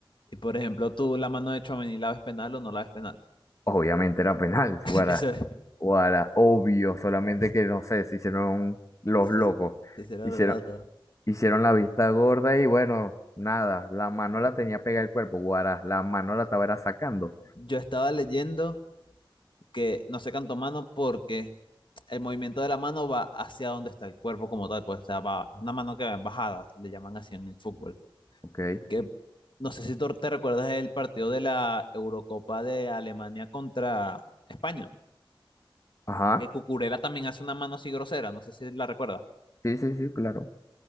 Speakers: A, on the left (about 65°); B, on the left (about 35°).
A: Y por ejemplo, tú la mano de Tchouaméni, ¿la ves penal o no la ves penal?
B: Obviamente era penal, <laughs>
A: <laughs>
B: Guara,
A: Eso es.
B: Guara, obvio, solamente que no sé, se hicieron los
A: eso
B: locos.
A: es la
B: Hicieron,
A: loca.
B: hicieron la vista gorda y bueno, nada, la mano la tenía pegada al cuerpo, Guara, la mano la estaba era sacando.
A: Yo estaba leyendo que no se cantó mano porque el movimiento de la mano va hacia donde está el cuerpo como tal, pues o sea, va, es una mano que va en bajada, le llaman así en el fútbol.
B: Ok,
A: Y que no sé si tú te recuerdas el partido de la Eurocopa de Alemania contra España,
B: ajá,
A: que Cucurella también hace una mano así grosera, no sé si la recuerdas.
B: sí, sí, sí, claro.